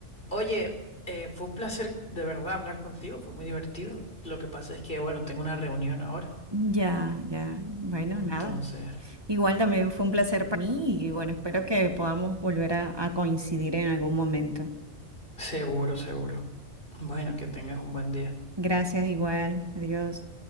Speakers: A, on the left; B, on the right.
A: Oye, eh, fue un placer de verdad hablar contigo, fue muy divertido. Lo, lo que pasa es que, bueno, tengo una reunión ahora.
B: ya, ya. Bueno,
A: Entonces,
B: nada. Igual también fue un placer para mí y bueno, espero que podamos volver a a coincidir en algún momento.
A: seguro, seguro. Bueno, que tengas un buen día.
B: Gracias igual. Adiós.